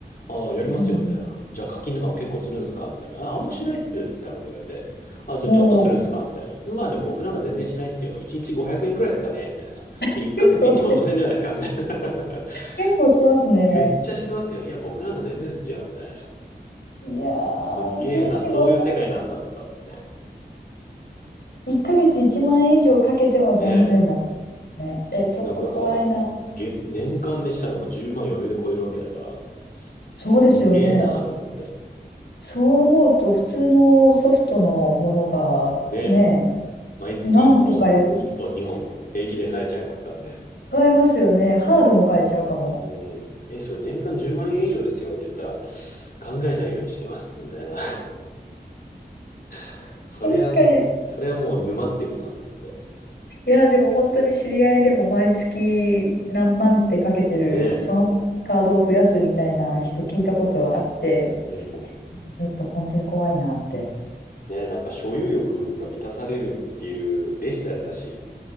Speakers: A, on the left; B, on the left.
A: ああ、やりますよ、
B: うん
A: みたいな。じゃあ課金とかも結構するんですかみたいな。あ、あんましないっす、みたいなこと言われて。あ、じゃあちょっとするんですかみたいな。
B: も
A: まあでも僕なんか全然しないっすよ。1日500円くえんくらいですかねみたいな。
B: う、
A: 1ヶ月1万5千円じゃないですかみたいな。
B: 結構して、結構してますね。
A: <laughs> めっちゃしてますよ。いや、僕なんか全然ですよ、みたいな。
B: いやー、
A: すげえな、
B: 1日500
A: そういう世界なんだ、と思って。
B: ヶ月1万円以上かけても全然ない。
A: ねえ。
B: ね。え、ちょっと怖いな。
A: だから、げ年間でしたらもう10万余裕で超えるわけだから、すげえなーと思って。
B: そうですよね。そう思うと、普通のソフトのものがね、
A: ねえ、毎月1本、
B: 何本買える
A: 1本2本、平気で買えちゃいますからね。
B: 変えますよね。ハードも変えちゃうかも。
A: うん。うん。え、それ年間10万円以上ですよって言ったら、考えないようにしてます、みたいな。<laughs> そりゃ、
B: 確かに。
A: そりゃもう沼ってるなと思って。
B: いや、でも本当に知り合いでも毎月何万ってかけてる、
A: ね
B: そのカードを増やすみたいな人聞いたことあって、
A: え。うん。
B: ちょっと本当に怖いなって。
A: ねえ、なんか所有欲が満たされるっていうデジタルだし、